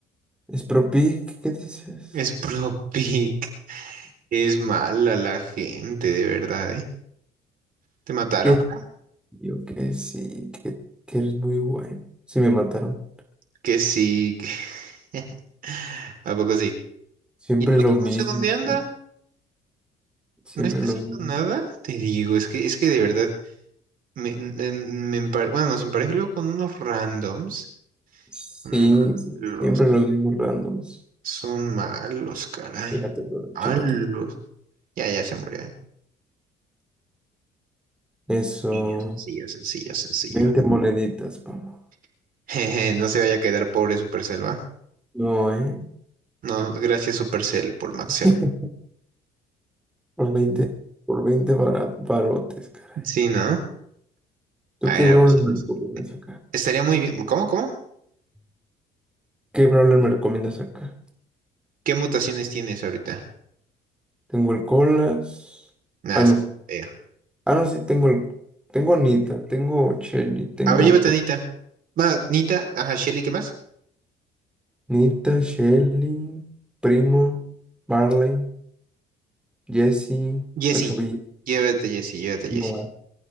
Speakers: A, in the centre; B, on the right.
A: es propi, ¿qué, qué dices?
B: Es puro pic, Es mala la gente, de verdad, ¿eh? ¿Te mataron?
A: Que
B: creo?
A: yo que sí, que, que eres muy bueno. Sí, me mataron.
B: Que sí. que- <laughs> ¿A poco sí?
A: Siempre
B: Y el otro
A: lo mismo,
B: no sé dónde anda.
A: sie- siempre
B: No está
A: los
B: haciendo
A: mismos.
B: nada. Te digo, es que, es que de verdad, me, me- me empare- bueno, nos empareja luego con unos randoms.
A: Sí,
B: Son
A: sí,
B: malos,
A: siempre los mismos randoms.
B: son malos, caray.
A: Chécate, bro,
B: Malos.
A: chécate.
B: Ya, ya se murió. ¿eh?
A: Eso,
B: Sencillo, sencillo, sencillo, sencillo.
A: 20 moneditas, vamos.
B: <laughs> Jeje, no se vaya a quedar pobre Supercell, ¿va?
A: No, ¿eh?
B: No, gracias Supercell por Max
A: <laughs> Por 20, por veinte bara- barotes, caray.
B: Sí, ¿no?
A: ¿Tú
B: A
A: qué
B: ver,
A: brawler
B: a ver si
A: me
B: nos-
A: recomiendas acá?
B: Estaría muy bien. ¿Cómo, cómo?
A: ¿Qué brawler me recomiendas acá?
B: ¿Qué mutaciones tienes ahorita?
A: Tengo el Colas.
B: Nada,
A: Ah,
B: está
A: no.
B: feo.
A: Ah, no, sí, tengo el... Tengo Anita, tengo Shelly, tengo
B: A ver, llévate a Nita. Va, Nita, ajá, Shelly, ¿qué más?
A: Nita, Shelly, Primo, Marley, Jesse,
B: Jessie.
A: 8 bit.
B: Llévate, a Jessie, llévate, a Jessie.
A: Buah.